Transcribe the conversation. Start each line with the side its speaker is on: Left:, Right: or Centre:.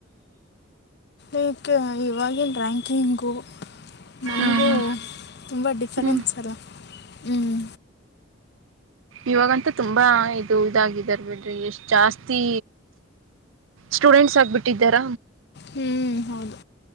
Left: ಈಕ್ಕೆ ಇವಾಗಿನ್ ರ್ಯಾಂಕಿಂಗು ನಮ್ಗೂ
Right: ಹ್ಞೂ ಹ್ಞೂ
Left: ತುಂಬ ಡಿಫರೆನ್ಸ್
Right: ಹ್ಞೂ
Left: ಅಲ್ಲ ಹ್ಮ್
Right: ಇವಾಗಂತು ತುಂಬಾ ಇದು ಇದಾಗಿದ್ ದರ್ ಬಿಡ್ರಿ ಎಷ್ಟ್ ಜಾಸ್ತಿ ಸ್ಟೂಡೆಂಟ್ಸ್ ಆಗ್ಬಿಟ್ಟಿದ್ದಾರ
Left: ಹ್ಮ್ ಹೌದು